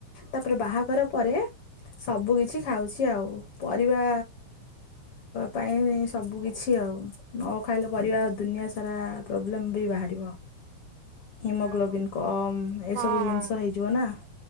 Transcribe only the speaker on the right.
ଯାହା ହଉ
ହଁ